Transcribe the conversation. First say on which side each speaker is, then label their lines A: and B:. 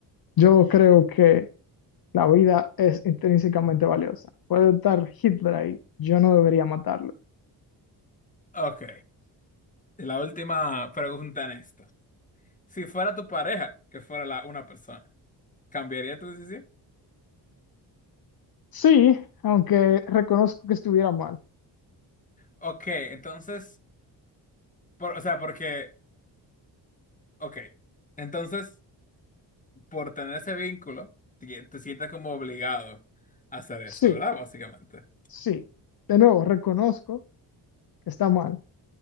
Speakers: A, on the left; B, on the left.
A: yo creo que... La vida es intrínsecamente valiosa. Puede estar Hitler ahí. Yo no debería matarlo.
B: Ok. Y La última pregunta en esto. Si fuera tu pareja, que fuera la una persona, ¿cambiaría tu decisión?
A: Sí, aunque reconozco que estuviera mal.
B: Ok, entonces, por- o sea, porque, ok, entonces, por tener ese vínculo, te te sientes como obligado a hacer eso,
A: Sí,
B: ¿verdad? Básicamente.
A: sí. De nuevo, reconozco que está mal,